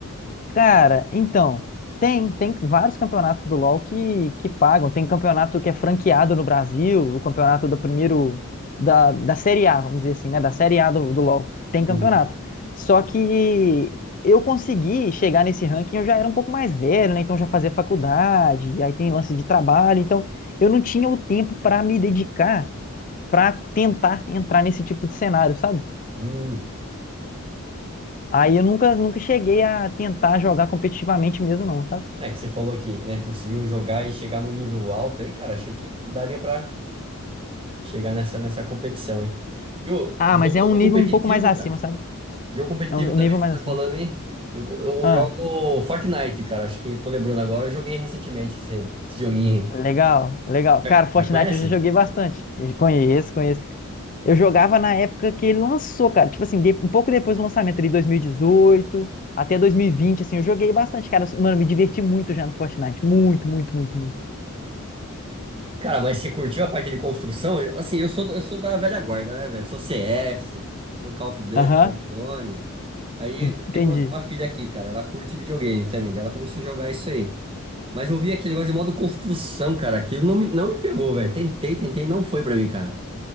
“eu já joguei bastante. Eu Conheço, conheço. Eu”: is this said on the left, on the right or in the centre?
Left